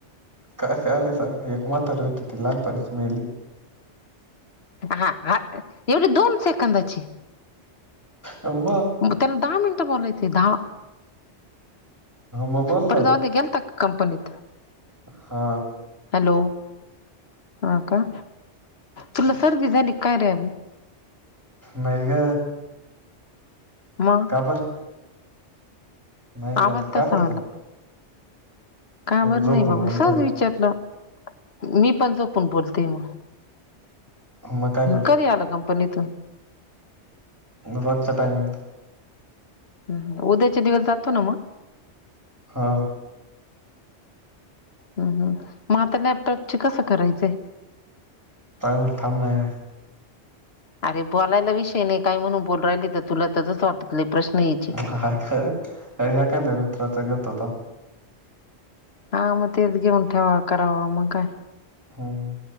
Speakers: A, on the right (about 15°); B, on the left (about 60°).
A: काय अ रे संग एक म्हातारी होती ती लहानपणीच मेली.
B: हा हा एवढी दोन सेकंदाची.
A: मग
B: त्याना दहा मिनिटं बोलयच ये दहा
A: मग बोलला
B: पर राहूदे गेलता का? कंपनीत.
A: हा.
B: हॅलो हा का तुला सर्दी झाली काय रे अभी?
A: नाही ग.
B: मग?
A: का बर नाही
B: आवाज
A: झाली
B: तसा
A: का बरं?
B: आला का बर नाही
A: झोपून
B: बाबा
A: बोलतोय
B: सहज विचारलं. मी पण झोपून बोलते मग,
A: मग काय करू
B: कधी आला कंपनीतून?
A: रोजच्या टाइमिंग ला.
B: हम हम उद्याच्या दिवस जातो ना मग?
A: हा.
B: हम् हम मग आता लॅपटॉपची कसं करायचंय?
A: <inaudible>
B: <inaudible> अरे बोलायला विषय नाही काय म्हणून बोल राहिली तर तुला तसच वाटत प्रश्न हीचे.
A: नाय ग एखाद्या मित्राच घेतो थांब. <inaudible>
B: हा मग तेच गेऊं ठेवावा करावा म काय.
A: हम.?